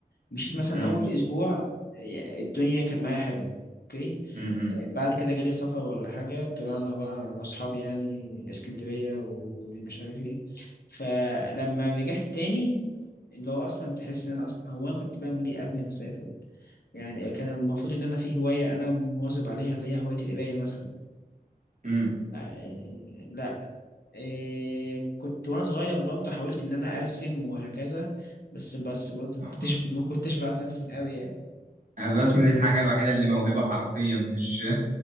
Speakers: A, on the left (about 75°); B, on the right (about 50°).
A: مشيت مثلا
B: امم
A: اول اسبوع إيه، الدنيا كانت معايا حلو اوكي
B: امم
A: إيه، بعد كده جالي سفر ولا حاجه طلعنا بقى مع اصحابي يعني اسكندريه ومش عارف ايه فلما رجعت تاني اللي هو اصلا تحس ان انا اصلا هو انا كنت بعمل ايه قبل ما اسافر يعني كان المفروض ان انا في هوايه انا مواظب عليها اللي هي هوايه القرايه مثلا
B: امم
A: آه، لا إيه كنت وانا صغير برضه حاولت ان انا ارسم وهكذا بس بس برضه
B: آه.
A: ما كنتش ما كنتش بعرف ارسم قوي يعني
B: آه، الرسم دي الحاجه الوحيده اللي موهبه حرفيا مش